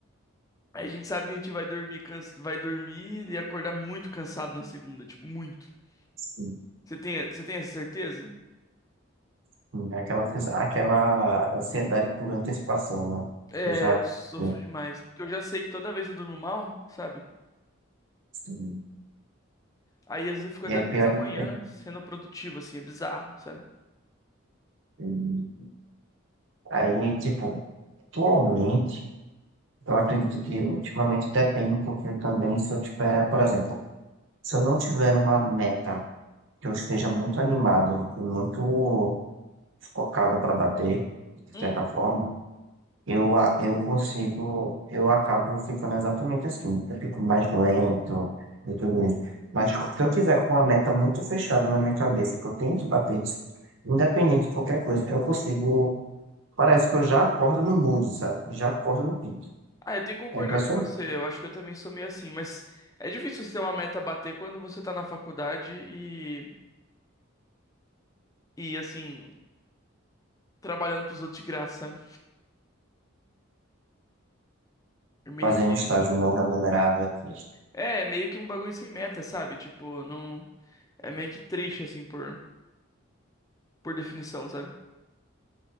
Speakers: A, on the left; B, on the right.
A: A gente sabe que a gente vai dormir, cans... vai dormir e acordar muito cansado na segunda, tipo, muito.
B: Sim.
A: Você tem, você tem essa certeza?
B: Hum, Aquela, coisa- aquela ansiedade por antecipação, né?
A: É,
B: Eu já.
A: eu sofro
B: eu-
A: demais. Porque eu já sei que toda vez eu durmo mal, sabe?
B: Sim.
A: Aí às vezes eu fico até
B: E aí,
A: duas
B: pior,
A: da
B: é
A: manhã
B: que-
A: sendo produtivo, assim, é bizarro, sabe?
B: Hum, aí, tipo, atualmente, eu acredito que ultimamente depende um pouquinho também se eu tiver, por exemplo, Se eu não tiver uma meta que eu esteja muito animado e muito focado para bater, de
A: Hum.
B: certa forma, eu, a- eu consigo, eu acabo ficando exatamente assim. Eu fico mais lento e tudo isso. Mas se eu tiver com uma meta muito fechada na minha cabeça, que eu tenho que bater isso, independente de qualquer coisa, eu consigo. Parece que eu já acordo no mood, sabe? Já acordo no pique.
A: Ah, eu tenho que concordar
B: É impressionante.
A: com você. Eu acho que eu também sou meio assim, mas é difícil você ter uma meta a bater quando você tá na faculdade e, e assim, trabalhando pros outros de graça. É meio
B: Fazer
A: que,
B: um estágio não remunerado é triste.
A: é, é meio que um bagulho sem meta, sabe? Tipo, não. É meio que triste, assim, por, por definição, sabe?